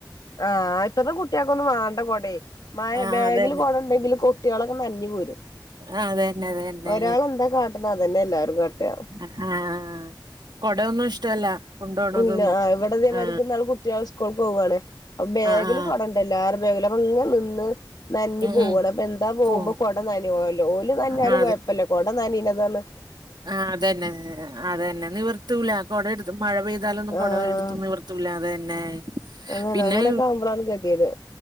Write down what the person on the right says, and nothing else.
ആഹ്
അതന്നെ
ആ അതന്നെ അതന്നെ
ആ ആ കൊടൊന്നും ഇഷ്ടല്ല കൊണ്ടോണതൊന്നും
ആ
ആ ആ
ഉം
ഉം
പോ
ആ
ആഹ് അതന്നെ അതന്നെ നിവർത്തൂല കുട എടു മഴ പെയ്താലൊന്നും
കുട എടുത്തു നിവർ ത്തൂല അത് തന്നെ
പിന്നെ